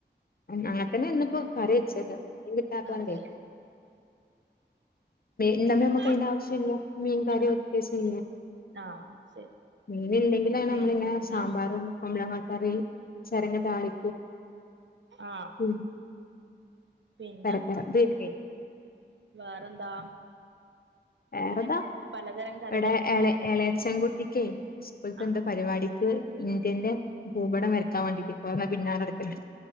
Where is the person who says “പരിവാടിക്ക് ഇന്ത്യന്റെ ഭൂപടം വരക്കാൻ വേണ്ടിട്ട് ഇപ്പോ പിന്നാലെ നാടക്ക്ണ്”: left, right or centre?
Left